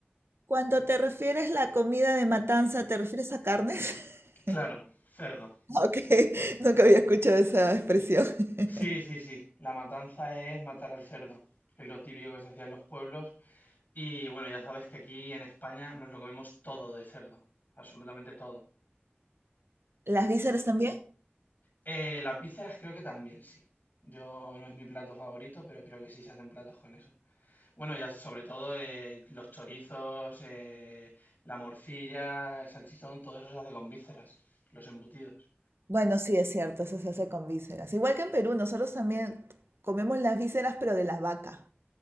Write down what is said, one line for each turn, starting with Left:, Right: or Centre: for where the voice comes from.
Right: Cuando te refieres la comida de matanza, ¿te refieres a carnes? <laughs>
Left: Claro, cerdo.
Right: Ok, nunca había escuchado esa expresión. <laughs>
Left: Sí, sí, sí. La matanza es matar al cerdo, que es lo típico que se hacía en los pueblos. Y bueno, ya sabes que aquí en España nos lo comemos todo de cerdo, absolutamente todo.
Right: ¿Las vísceras también?
Left: Eh, las vísceras creo que también sí. Yo no es mi plato favorito, pero creo que sí se hacen platos con eso. Bueno, ya sobre todo eh, los chorizos, eh, la morcilla, el salchichón, todo eso se hace con vísceras, los embutidos.
Right: Bueno, sí, es cierto, eso se hace con vísceras. Igual que en Perú, nosotros también comemos las vísceras, pero de la vaca.